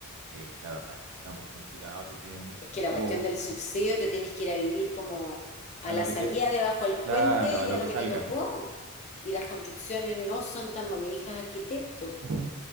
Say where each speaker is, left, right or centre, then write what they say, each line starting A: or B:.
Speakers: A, on the right; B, on the left.
A: eh, la verdad es que está muy complicado, te piden muchas
B: Es que la
A: cosas,
B: cuestión del subsidio te tenés que ir a vivir como a
A: a lo
B: la
A: que
B: salida
A: te,
B: debajo del
A: claro,
B: puente y
A: a lo
B: a lo
A: que
B: que
A: salga.
B: te tocó. Y las construcciones no son tan... Mi hija es arquitecto,
A: Ujú,